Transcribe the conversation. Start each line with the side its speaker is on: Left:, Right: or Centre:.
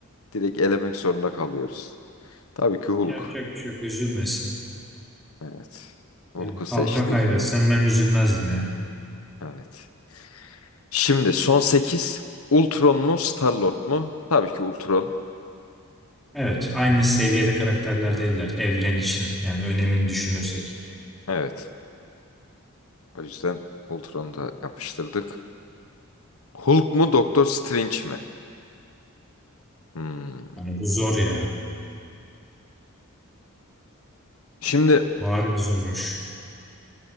Left: Direkt elemek zorunda kalıyoruz. Tabii ki Hulk.
Centre: yapacak bir şey yok. Üzülmesin.
Left: Evet. Hulk'u
Centre: Ya halka
Left: seçtik.
Centre: kaybetsen ben üzülmezdim ya.
Left: Evet. Şimdi son sekiz, Ultron mu, Star-Lord mu? Tabii ki Ultron.
Centre: Evet, aynı seviyede karakterler değiller evren için. Yani önemini düşünürsek.
Left: Evet. O yüzden Ultron'u da yapıştırdık. Hulk mu Doktor Strange mi? Hmm.
Centre: Yani bu zor ya.
Left: Şimdi
Centre: Bu harbi zormuş.